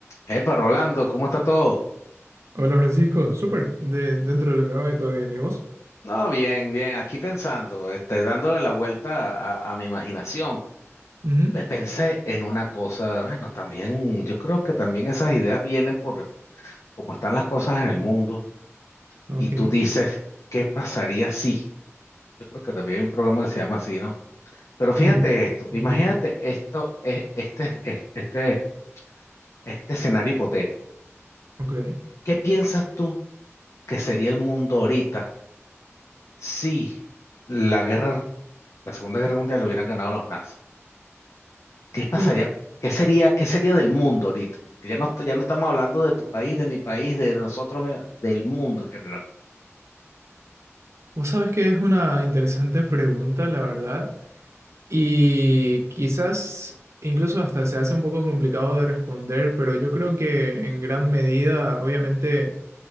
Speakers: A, on the left; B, on the right.
A: Epa, Rolando, ¿cómo está todo?
B: Hola Francisco, súper, de, dentro de lo que cabe todo bien, ¿y vos?
A: No, bien, bien, aquí pensando, este, dándole la vuelta a, a mi imaginación.
B: Ujú,
A: Pues pensé en una cosa, bueno, también, yo creo que también esas ideas vienen por cómo están las cosas en el mundo
B: Ok,
A: y tú dices, ¿qué pasaría si? Yo creo que también hay un programa que se llama así, ¿no? Pero fíjate
B: mm,
A: esto, imagínate
B: ujú,
A: esto, e- este, e- este, este escenario hipotético.
B: ok.
A: ¿Qué piensas tú que sería el mundo ahorita si la guerra la Segunda Guerra Mundial lo hubieran ganado los nazis, ¿qué pasaría?
B: Uf,
A: ¿Qué sería, qué sería del mundo ahorita? Porque ya no, est- ya no estamos hablando de tu país, de mi país, de nosotros, eh, del mundo en general.
B: vos sabés que es una interesante pregunta, la verdad, y quizás incluso hasta se hace un poco complicado de responder, pero yo creo que en gran medida, obviamente,